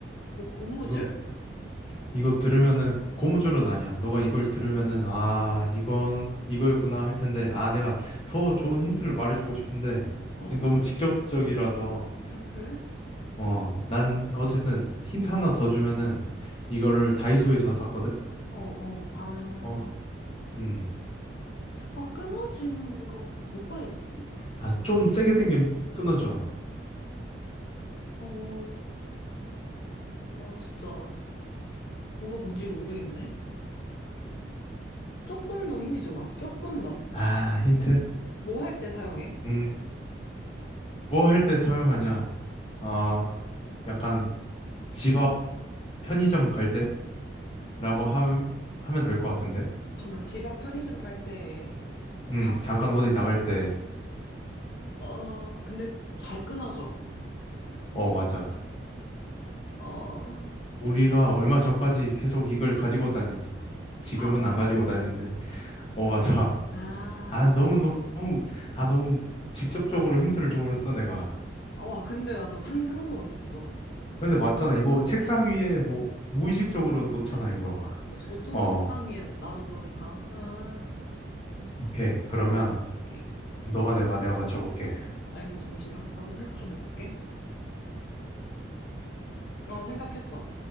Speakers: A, on the left; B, on the left.
A: 뭐, 고무줄?
B: 이거, 이거 들으면은 고무줄은 아니야. 너가 이걸 들으면은, 아, 이건 이거였구나 할 텐데, 아, 내가 더 좋은 힌트를 말해주고 싶은데,
A: 어.
B: 이게 너무 직접적이라서,
A: 아, 그래?
B: 어, 난 어쨌든 힌트 하나 더 주면은, 이거를 다이소에서 샀거든?
A: 어, 어. 아,
B: 어, 음,
A: 어, 끊어지는 거 뭐가 있지?
B: 아, 좀 세게 당기면 끊어져.
A: 어, 와, 진짜. 뭐가 뭔지 모르겠네. 조금 더 힌트 줘봐. 조금 더.
B: 아, 힌트?
A: 뭐 할 때 사용해?
B: 음. 뭐 할 때 사용하냐? 아, 약간 집 앞 편의점 갈 때라고 함- 하면 될 것 같은데?
A: 잠만, 집 앞 편의점 갈 때,
B: 응,
A: 갖고,
B: 잠깐 어디 나갈 때.
A: 어, 근데 잘 끊어져.
B: 어, 맞아.
A: 어,
B: 우리가 얼마 전까지 계속 이걸 가지고 다녔어. 지금은
A: 아, 뭐야,
B: 안
A: 마스크?
B: 가지고 다니는데. 어, 맞아.
A: 아,
B: 아, 너무, 너무, 너무- 아, 너무 직접적으로 힌트를 줘버렸어, 내가.
A: 와, 근데 나 진짜 상상도 못했어.
B: 근데 맞잖아. 이거 책상 위에 뭐, 무의식적으로 놓잖아,
A: 그치?
B: 이거.
A: 그치, 보통은
B: 어,
A: 책상 위에 나도 그러니까. 아,
B: 오케이. 그러면
A: 오케이.
B: 너가 내봐, 내가 맞춰볼게.
A: 알겠어, 잠시만. 나도 생각 좀 해볼게. 어, 생각했어.